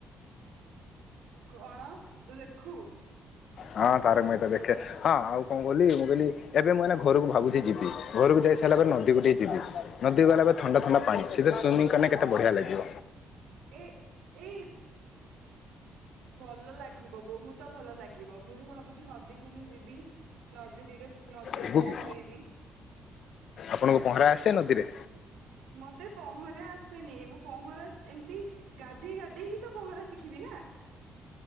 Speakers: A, on the right (about 90°); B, on the left (about 65°).
A: କଣ ତୁ ଦେଖୁ।
B: ହଁ ତାରକମେହେତା ଦେଖେ। ହଁ ଆଉ କଣ କହିଲି ମୁଁ କହିଲି ଏବେ ମୁଁ ଏ ଘରକୁ ଭାବୁଛି ଯିବି ଘରକୁ ଯାଇ। ଗାଧେଇ ସରିଲା ପରେ ନଦିକୁ ଟିକେ ଯିଵି। ନଦୀ ଗଲା ପରେ ଥଣ୍ଡା ଥଣ୍ଡା ପାଣି ସେଥିରେ ସୁଇିମିଂଲେ କେତେ ବଢିଆ ଲାଗିବ।
A: ଏ ଏ। ଭଲ ଲାଗିବ ବହୁତ ଭଲ ଲାଗିବ ମୁଁ ଭାବୁଛି ନଦୀକୁ। ନଦୀକୁ ମୁଁ ଯିବି ନଦୀରେ ନଦୀରେ
B: ଯିବୁ
A: ପହଁରିବି।
B: କି ଆପଣଙ୍କୁ ପହଁରା ଆସେ ନଦୀରେ?।
A: ମତେ ପହଁରା ଆସେନି ମୁଁ ପହଁରା ଏମିତି। ଗାଧୋଇ ଗାଧେଇ ହିଁ ତ ପହଁରା ଶିଖିବି ନା।